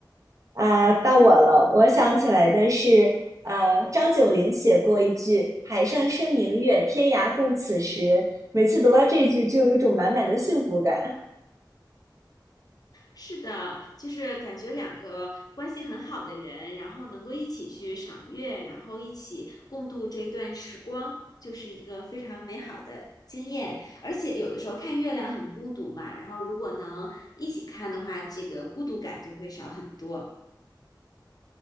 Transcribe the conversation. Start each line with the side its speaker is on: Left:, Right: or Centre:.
Right: 啊，到我了。
Left: 嗯，
Right: 我想起来的是，
Left: 是的，
Right: 呃，张九龄写过一句“海上生明月，天涯共此时”。每次读到这句，就有一种满满的幸福感。
Left: 是的，就是感觉两个关系很好的人，然后能够一起去赏月，然后一起共度这一段时光，就是一个非常美好的经验。而且有的时候看月亮很孤独嘛，然后如果能一起看的话，这个孤独感就会少很多。